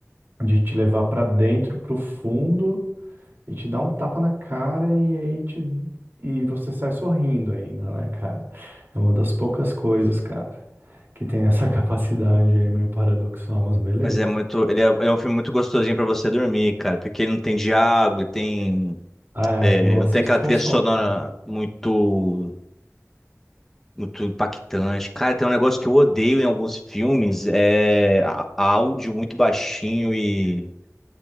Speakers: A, on the right; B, in the centre.
A: de te levar pra dentro, pro fundo, e te dar um tapa na cara, e aí te... e você sai sorrindo ainda, né, cara? É uma das poucas coisas, cara, que tem essa <laughs> capacidade aí, meio paradoxal, mas beleza.
B: Mas é muito. Ele é, é um filme muito gostosinho pra você dormir, cara. Porque ele não tem diálogo, ele tem.
A: Ah, É,
B: é,
A: não
B: não
A: assiste
B: tem aquela trilha
A: com sono,
B: sonora
A: cara.
B: muito. Muito impactante. Cara, tem um negócio que eu odeio em alguns filmes: é a- a áudio muito baixinho e,